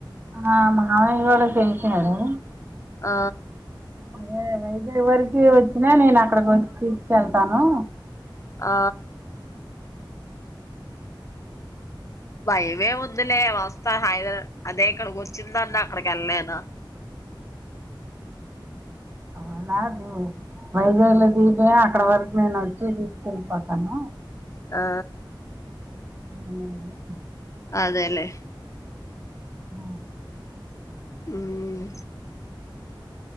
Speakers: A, on the right; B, on the left.
A: ఆ మాహాను గుడ పిల్చారు.
B: ఆ
A: అదే వైజాగ్ వరికి వచ్చినా నేను అక్కడకొచ్చి తీసుకెళ్తాను.
B: ఆ భయమే ఉందిలే వస్తా హైదరా అదే ఇక్కడ గొచ్చిందన్న అక్కడికి ఎళ్ళలేన.
A: అలాది వైజాగ్లో దిగిపోయి అక్కడ వరకు నేను వచ్చి తీసుకెళ్ళిపోతాను.
B: ఆ
A: అనేది
B: అదేలేే
A: అ
B: ఉమ్